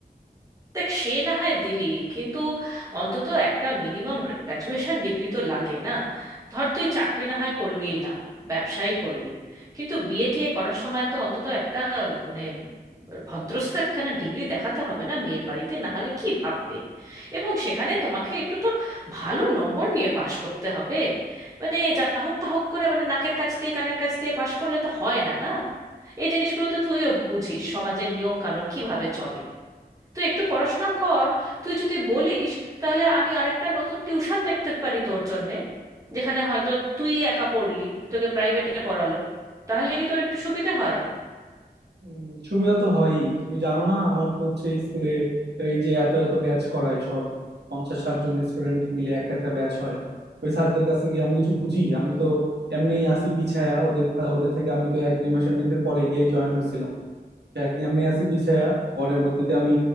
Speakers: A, on the right; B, on the right.
A: দেখ সে না হয় দিলি কিন্তু অন্তত একটা মিনিমাম গ্রাজুয়েশন ডিগ্রি তো লাগে না ধর তুই চাকরি না হয় করলিই না ব্যবসায়ী করলি কিন্তু বিএ টিএ করার সময় তো অন্তত একটা মানে ভদ্রস্থ একখানা ডিগ্রি দেখাতে হবে না মেয়ের বাড়িতে না হলে কি ভাববে এবং সেখানে তোমাকে একটু তো ভালো নম্বর নিয়ে পাশ করতে হবে মানে যা হোক তা হোক করে মানে নাকের কাছ দিয়ে কানের কাছ দিয়ে পাশ করলে তো হয় না না এই জিনিসগুলো তো তুইও বুঝিস সমাজের নিয়ম কানুন কিভাবে চলে তুই একটু পড়াশোনা কর তুই যদি বলিস তাহলে আমি আরেকটা নতুন টিউশন দেখতে পারি তোর জন্যে যেখানে হয়তো তুই একা পড়লি তোকে প্রাইভেটে পড়ালো তাহলে কি তোর একটু সুবিধে হয়
B: উম, সুবিধা তো হয়ই তুমি জানো না আমার তো হচ্ছে স্কুলে এই যে এত এত ব্যাচ করায় সব পঞ্চাশ ষাট জন স্টুডেন্ট মিলে একটা একটা ব্যাচ হয় ওই স্যারদের কাছে গিয়ে আমি কিছু বুঝি আমি তো এমনিই আসি পিছায়া ওদের ওদের থেকে আমি তো এক দুই মাস এমনিতে পরে গিয়ে জয়েন হয়েছিলাম তো একদিন আমি আছি পিছায়া পরবর্তীতে আমি